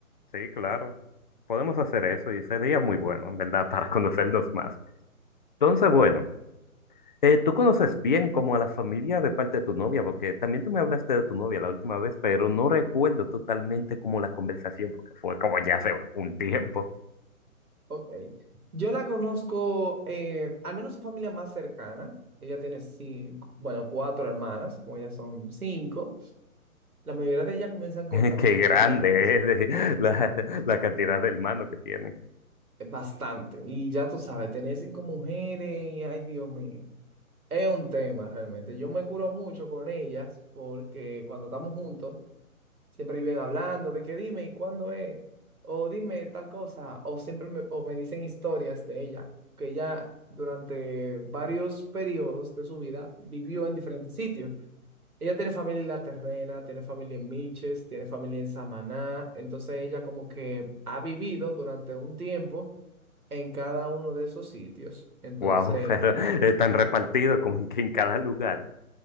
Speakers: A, on the left (about 35°); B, on the right (about 80°).
A: Sí, claro. Podemos hacer eso y sería muy bueno, en verdad, para conocernos más. Entonces, bueno, eh, tú conoces bien como a la familia de parte de tu novia, porque también tú me hablaste de tu novia la última vez, pero no recuerdo totalmente como la conversación, porque fue como ya hace un tiempo.
B: Ok. Yo la conozco, eh, al menos su familia más cercana. Ella tiene cinco, bueno, cuatro hermanas, como ellas son cinco. La mayoría de ellas comienzan con
A: <laughs>
B: Rosa,
A: Qué grande
B: o tienen Rosa.
A: es de- la, la cantidad de hermanos que tienen.
B: Bastante. Y ya tú sabes, tener cinco mujeres, y, ay Dios mío, es un tema realmente. Yo me curo mucho con ellas porque cuando estamos juntos, siempre viven hablando de que dime y cuándo es, o dime tal cosa, o siempre me, o me dicen historias de ella, que ella durante varios periodos de su vida vivió en diferentes sitios. Ella tiene familia en La Terrena, tiene familia en Miches, tiene familia en Samaná. Entonces ella como que ha vivido durante un tiempo en cada uno de esos sitios. Entonces,
A: Wow, <laughs> pero están repartidos como que en cada lugar.